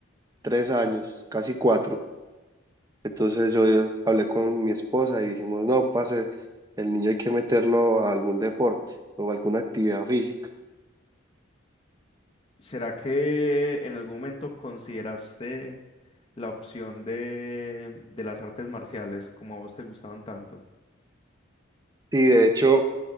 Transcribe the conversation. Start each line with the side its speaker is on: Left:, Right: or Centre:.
Right: tres años, casi cuatro, entonces yo eh, hablé con mi esposa y dijimos, no, parce, el niño hay que meterlo a algún deporte o alguna actividad física.
Left: ¿Será que en algún momento consideraste la opción de, de las artes marciales como a vos te gustaban tanto?
Right: Y de hecho,